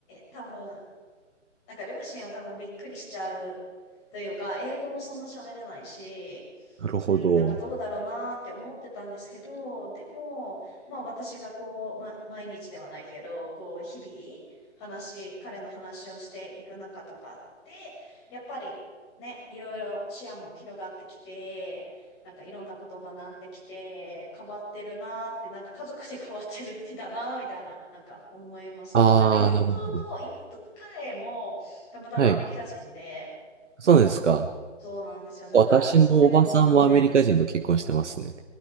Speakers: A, on the left (about 20°); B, on the right (about 65°).
A: 多分、なんか両親は多分びっくりしちゃうというか、英語もそんな喋れないし、
B: なるほど。
A: うん、なんかどうだろうなーって思ってたんですけど、でも、まあ私がこう、ま、毎日ではないけど、こう、日々、話、彼の話をしていく中とかで、やっぱりね、いろいろ視野も広がってきて、なんかいろんなこと学んできて、変わってるなーって、なんか家族で変わってる時だなーみたいな、なんか思いますね。
B: ああ、
A: なんか妹の、
B: なるほど。
A: 妹の彼も、たまたまアメリカ人で、
B: はい。そうですか。
A: そうなんですよ。だから、
B: 私のおばさんもアメリカ人と結婚してますね。
A: そういうのもあって、